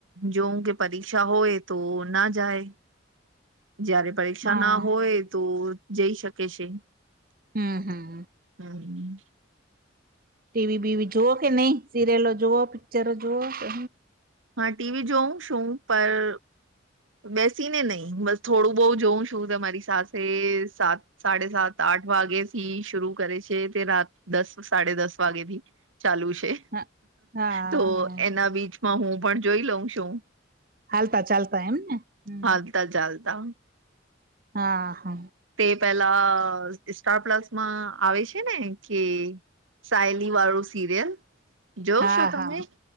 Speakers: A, on the right; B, on the right.
A: જોઉં કે, પરીક્ષા હોય તો ના જાય. જ્યારે પરીક્ષા
B: હા
A: ના હોય તો જઈ શકે છે.
B: હમ્મ, હ.
A: હમ્મ.
B: ટીવી બીવી જુઓ કે નઈ, સિરિયલો જુઓ? પિક્ચરો જુઓ કે
A: હા, ટીવી જોઉં છું પર. બેસી ને નહી, બસ થોડું બહુ જોઉં શું તમારી સાથે સાત? સાડે સાત-આઠ વાગે થી શરુ કરે છે, તે રાત દસ સાડે દસ વાગે થી ચાલુ છે
B: હા હા
A: તો,
B: હા
A: એના બીચમાં હું પણ જોઈ લઉં છું.
B: હાલતા-ચાલતા એમ ને. હમ
A: હાલતા-ચાલતા.
B: હા, હા.
A: તે પેલા સ્ટાર પ્લસમાં આવે છે ને કે. સાયલી વાળું, સિરિયલ. જોવ
B: હા,
A: છો તમે
B: હા,